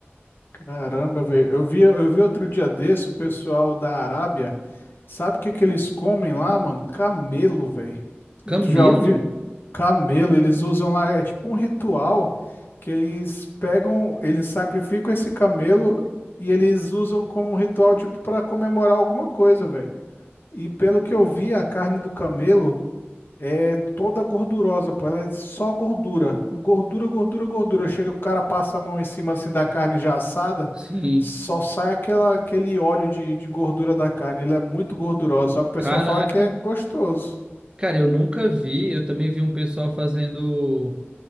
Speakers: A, on the left (about 55°); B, on the right (about 20°).
A: Caramba, velho. Eu vi, eu vi outro dia desse o pessoal da Arábia. Sabe o que que eles comem lá, mano? Camelo, velho.
B: Camelo?
A: Tu já ouviu? Camelo, eles usam lá, é tipo um ritual que eles pegam, eles sacrificam esse camelo e eles usam como um ritual, tipo, para comemorar alguma coisa, velho. E pelo que eu vi, a carne do camelo é toda gordurosa, pô. Ela é só gordura. Gordura, gordura, gordura. Chega, o cara passa a mão em cima assim da carne já assada,
B: Sim.
A: só sai aquela, aquele óleo de, de gordura da carne. Ela é muito gordurosa, só que o pessoal
B: Caraca.
A: fala que é gostoso.
B: Cara, eu nunca vi. Eu também vi um pessoal fazendo